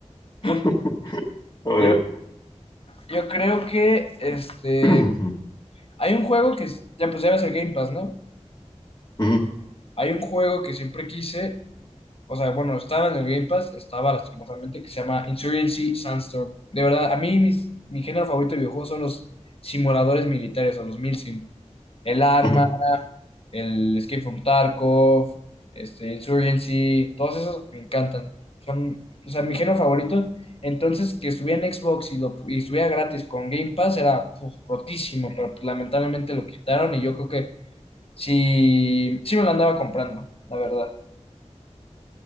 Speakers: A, on the left (about 25°); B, on the left (about 55°).
A: <laughs>
B: <laughs>
A: A ver.
B: yo, yo creo que este,
A: <clears throat>
B: hay un juego que, es- ya pues ya ves el Game Pass, ¿no?
A: Ujú,
B: Hay un juego que siempre quise O sea, bueno, estaba en el Game Pass, estaba lastimosamente, que se llama Insurgency Sandstorm. De verdad, a mí mis- mi género favorito de videojuegos son los simuladores militares o los milsim. El Arma,
A: ujú.
B: el Escape from Tarkov, este, Insurgency, todos esos me encantan. Son, o sea, mi género favorito. Entonces, que estuviera en Xbox y, lo, y estuviera gratis con Game Pass era puf, rotísimo, pero pues, lamentablemente lo quitaron y yo creo que sí, sí me lo andaba comprando, la verdad.